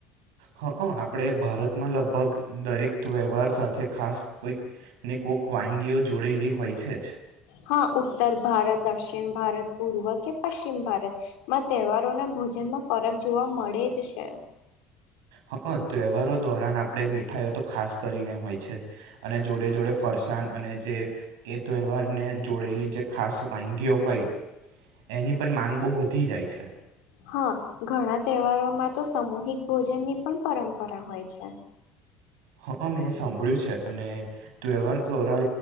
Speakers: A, on the right (about 65°); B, on the left (about 60°).
A: હા હ આપણે ભારતમાં લગભગ દરેક વ્યવહાર સાથે ખાસ કોઈક ને કોક વાનગીઓ જોડેલી હોય છે જ
B: હા ઉત્તર ભારત દક્ષિણ ભારત પૂર્વ કે પશ્ચિમ ભારતમાં તહેવારોના ભોજનમાં ફરક જોવા મળે જ છે
A: હા તહેવારો દોરાન આપ આપણે મીઠાઈઓ તો ખાસ કરીને હોય છે અને જોડે જોડે ફરસાણ અને જે એ તહેવારને જોડેલી જે ખાસ વાનગી ગયો હોય એની પણ માંગ બહુ વધી દી જાય છે
B: હા ઘણા તહેવારોમાં તો સામૂહિક ભોજનની પણ પરંપરા હોય છે
A: હા મેં સાંભળ્યું છે અને તહેવાર દ્વારા